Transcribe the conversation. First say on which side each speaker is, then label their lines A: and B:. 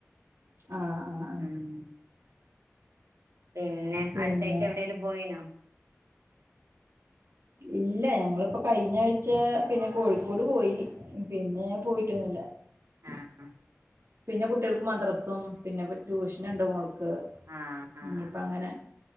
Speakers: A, on the right; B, on the right.
A: ആഹ് ആഹ് ആഹ്
B: ഹ്മ്മ് പിന്നെ,
A: പിന്നെ
B: അടുത്തായ്ച്ച എവിടേലും പോയിനോ?
A: ഇല്ല, ഞങ്ങളിപ്പോ കഴിഞ്ഞാഴ്ച്ചാ പിന്നെ കോഴിക്കോട് പോയി പിന്നെ പോയിട്ടൊന്നുല്ല
B: ആഹ്
A: പിന്നെ കുട്ടിയൾക്ക് മദ്രസും പിന്നെപ്പ ട്യൂഷന്ണ്ട് മോൾക്ക്
B: ആഹ് ആഹ്
A: ഇനിപ്പങ്ങനെ